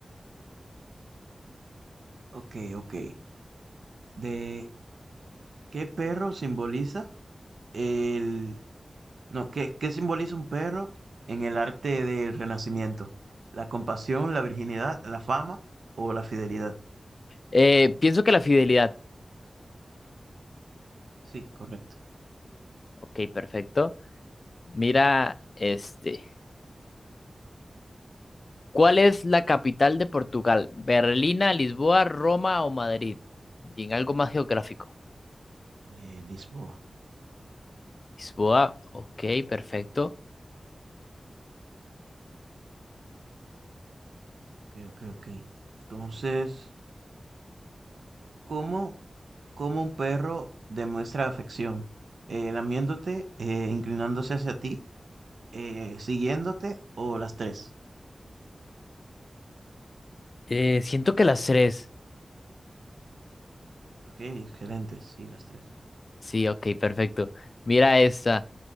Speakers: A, on the right; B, on the left.
A: ok, ok. ¿De qué perro simboliza el... No, ¿qué, qué simboliza un perro en el arte del Renacimiento? ¿La compasión, la virginidad, la fama o la fidelidad?
B: Eh, pienso que la fidelidad.
A: Sí, correcto.
B: Ok, perfecto. Mira, este. ¿Cuál es la capital de Portugal? ¿Berlina, Lisboa, Roma o Madrid? Y en algo más geográfico.
A: Eh, Lisboa.
B: Lisboa, ok, perfecto.
A: Ok, ok, ok. Entonces, ¿cómo, cómo un perro demuestra afección? Eh, lamiéndote, eh, inclinándose hacia ti, eh, siguiéndote o las tres.
B: Eh, siento que las tres.
A: Ok, excelente, sí, las tres.
B: Sí, ok, perfecto. Mira esta.